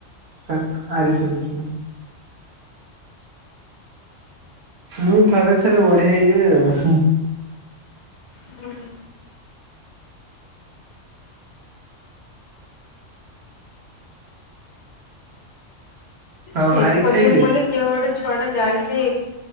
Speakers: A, on the right; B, on the left.
A: କାକ୍ ଆରିସା ପିଠା ଟା। ଏମିତି ଥରେ ଥରେ ବଢ଼ିଆ ହେଇଯାଏ ଆଉ ହୁଁ।
B: ହୁଁ।
A: ଆଉ
B: ମୁଁ
A: ଭାଇ
B: ଏକ
A: ଖାଇଲେ?
B: ଯିମି ବୋଲି କିଏ ଗୋଟେ ଛୁଆଟେ ଯାଇଛି।